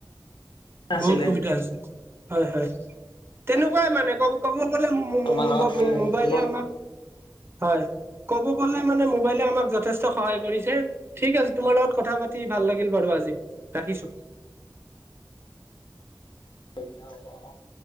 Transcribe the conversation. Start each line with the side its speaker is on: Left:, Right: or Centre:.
Left: নাছিলে
Right: বহুত সুবিধা আছে হয় হয় তেনেকুৱাই মানে কব ক'ব গ'লে মো মো
Left: তোমাৰ লগত
Right: মো মোবাইলে
Left: শিকিব
Right: আমাক হয় ক'ব গ'লে মানে মোবাইলে আমাক যথেষ্ট সহায় কৰিছে। ঠিক আছে তোমাৰ লগত কথা পাতি ভাল লাগিল বাৰু আজি ৰাখিছো।
Left: <unintelligible>